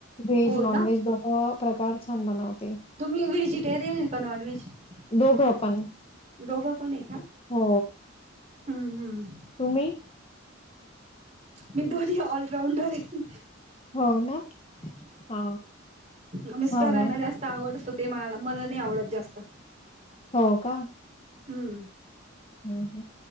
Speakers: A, on the left (about 30°); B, on the right (about 35°).
A: व्हेज
B: हो
A: नॉनव्हेज
B: ना
A: दोघं प्रकार छान बनवते.
B: तुम्ही व्हेजिटेरियन का नॉनव्हेजीटरेन आहे.
A: दोघं पण
B: दोघं पण आहे का
A: हो
B: हम. हम
A: तुम्ही
B: मी दोन्हीं ऑलराऊंडर आहे
A: हो ना? हा
B: हम मिस्टरांना
A: छान आहे.
B: जास्त आवडत ते मला नाही आवडत जास्त
A: हो का
B: हम
A: हम.